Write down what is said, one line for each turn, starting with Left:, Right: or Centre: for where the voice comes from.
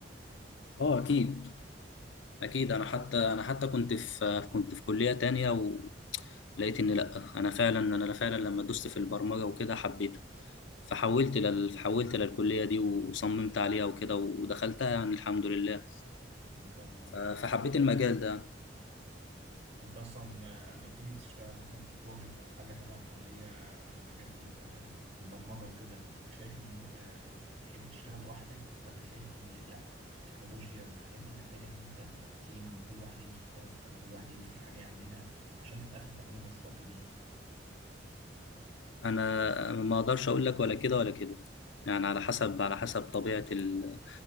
Left: اه اكيد اكيد انا حتى انا حتى كنت في كنت في كلية تانية ولقيت ان لا انا فعلا انا فعلا لما دوست في البرمجة وكده حبيتها فحولت لل... حولت للكلية دي وصممت عليها وكده ودخلتها يعني الحمد لله
Right: ما شاء الله
Left: ف- فحبيت المجال ده
Right: انت اصلا آه، لما بتيجي تشتغل مثلا في بروجكت او حاجه تبع الكليه لحاجات ال- آه، البرمجه وكده بتبقى شايف ان انت بتحب تشتغل لوحدك ولا شايف ان لا التكنولوجيا والحاجات دي محتاجه ان انت تبقى في تيم وكل واحد يمسك تاسك او كل واحد يمسك حاجه يعملها عشان في الاخر تعملوا مشروع كبير
Left: انا ما اقدرش اقول لك ولا كده ولا كده يعني على حسب على حسب طبيعه ال...